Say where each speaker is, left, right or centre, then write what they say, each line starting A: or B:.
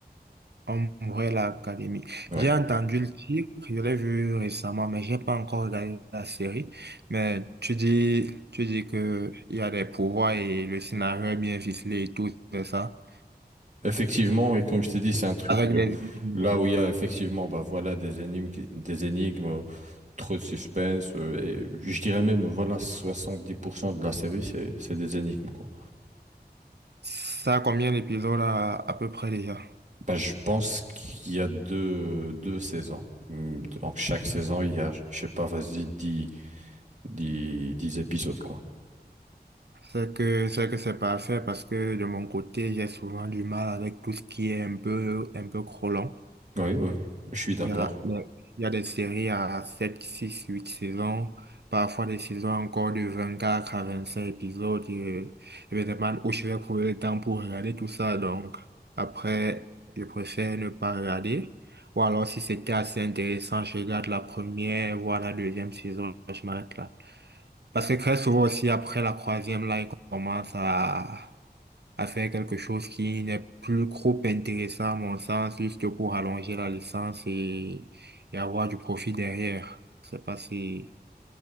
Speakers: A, on the right (about 80°); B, on the right (about 45°).
A: En vrai, l'académie.
B: Ouais.
A: J'ai entendu le titre, je l'ai vu récemment, mais j'ai pas encore regardé la série. Mais tu dis, tu dis que il y a des pouvoirs et le scénario est bien ficelé et tout, c'est ça.
B: Effectivement, et comme je t'ai dit, c'est un truc
A: Avec
B: euh,
A: des énigmes.
B: là où il y a effectivement bah voilà des énigmes, qui- des énigmes, euh, trop de suspense euh, et je dirais même voilà 70% de la série c'est c'est des énigmes quoi.
A: Ça a combien d'épisodes à, à peu près déjà?
B: Bah je pense qu'il y a deux deux saisons. Hum, Donc chaque saison il y a je sais pas vas-y dix dix 10 épisodes quoi.
A: C'est que, c'est que c'est parfait parce que de mon côté, j'ai souvent du mal avec tout ce qui est un peu, un peu trop long.
B: Oui, oui, je suis d'accord.
A: Il y a, il y a il y a des séries à 7 6 8 saisons, parfois des saisons encore de 24 à 25 épisodes. Et, je me demande où je vais trouver le temps pour regarder tout ça. Donc, après, je préfère ne pas regarder. Ou alors, si c'était assez intéressant, je regarde la première, voire la deuxième saison, je m'arrête là. Parce que très souvent aussi, après la troisième, là, il commence à à faire quelque chose qui n'est plus trop intéressant à mon sens, juste pour allonger la licence et, et avoir du profit derrière. Je sais pas si,